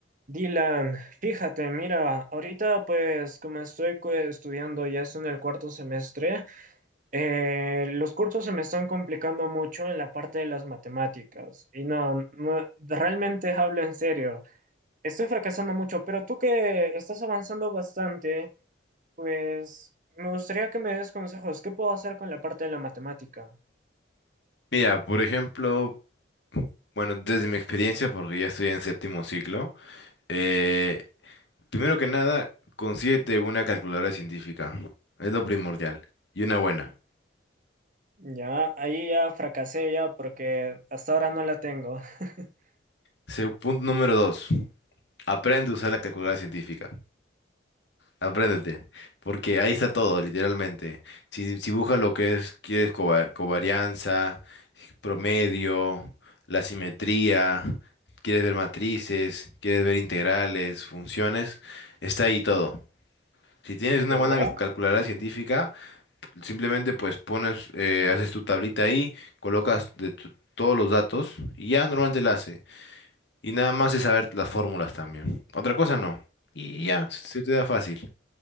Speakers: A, on the right; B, on the left.
A: Dylan, fíjate, mira, ahorita pues como estoy cu- estudiando, ya estoy en el cuarto semestre, eh, los cursos se me están complicando mucho en la parte de las matemáticas. Y no, no, realmente hablo en serio, estoy fracasando mucho, pero tú que estás avanzando bastante, pues me gustaría que me des consejos, ¿qué puedo hacer con la parte de la matemática?
B: Mira, por ejemplo, bueno, desde mi experiencia, porque ya estoy en séptimo ciclo, eh, primero que nada, consíguete una calculadora científica. Es lo primordial. Y una buena.
A: Ya, ahí ya fracasé ya porque hasta ahora no la tengo. <laughs>
B: Se- punto número dos, aprende a usar la calculadora científica. Apréndete. Porque ahí está todo, literalmente. Si, si buscas lo que es, quieres cova- covarianza, promedio, la simetría, quieres ver matrices, quieres ver integrales, funciones, está ahí todo. Si tienes
A: ¿De
B: una buena
A: verdad?
B: cal- calculadora científica, simplemente pues pones, eh, haces tu tablita ahí, colocas de tu- todos los datos y ya normalmente la hace. Y nada más es saber las fórmulas también. Otra cosa no. Y ya, se se te da fácil.